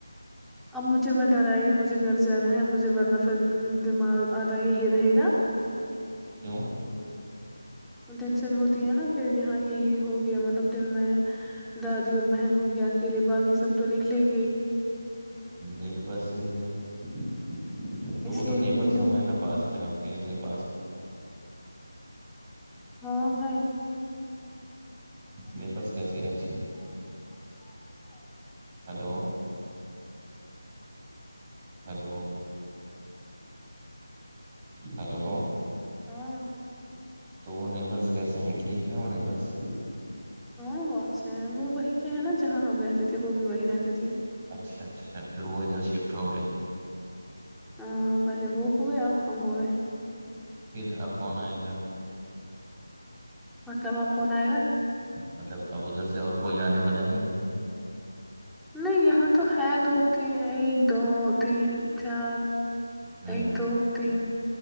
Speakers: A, in the centre; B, on the right (about 20°).
A: اب مجھے میں ڈرآئی ہے مجھے گھر جانا ہے مجھے ورنہ دماغ آدھا یہی رہے گا
B: کیوں
A: ٹینشن ہوتی ہے نا پھر یہاں یہی ہو گیا مطلب دن میں دادی اور بہن ہوگی اکیلے باقی سب تو نکلیں گے
B: ایک بھی بس یہی ہے تو
A: اس
B: وہ
A: لیے
B: تو نیبرس
A: مجھے ڈر
B: ہے نا پاس میں آپ کے نہیں پاس میں
A: ہاں ہے
B: نیبرس کیسے اج ہیلو ہیلو ہیلو
A: ہاں
B: تو وہ نیبرس کیسے ہیں ٹھیک ہے وہ نیبرس
A: ہاں وہ اچھا ہے وہ وہ کے ہیں نا جہاں ہم رہتے تھے وہ بھی وہ رہتے تھے
B: اچھا اچھا پھر وہ ادھر شفٹ ہو گئے
A: ہے پہلے وہ ہوئے اب ہم ہوئے
B: پھر اب کون آئے گا
A: مطلب اب قون آئے گا
B: مطلب اب ادھر سے اور کوئی آنے والا ہے
A: نہیں یہاں تو ہے دو تین ایک دو تین چار
B: ہوں
A: ایک دو تین